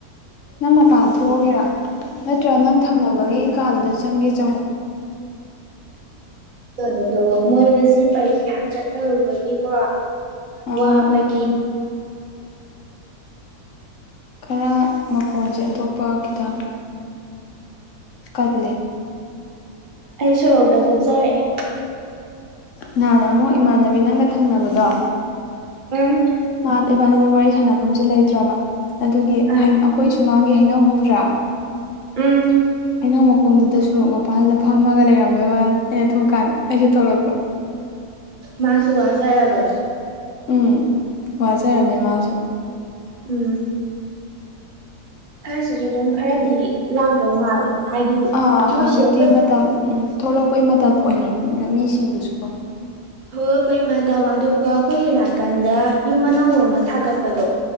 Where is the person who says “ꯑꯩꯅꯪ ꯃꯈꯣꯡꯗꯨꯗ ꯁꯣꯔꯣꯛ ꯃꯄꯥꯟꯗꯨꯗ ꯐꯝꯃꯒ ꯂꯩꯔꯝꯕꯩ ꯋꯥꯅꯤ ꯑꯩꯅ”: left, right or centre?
Left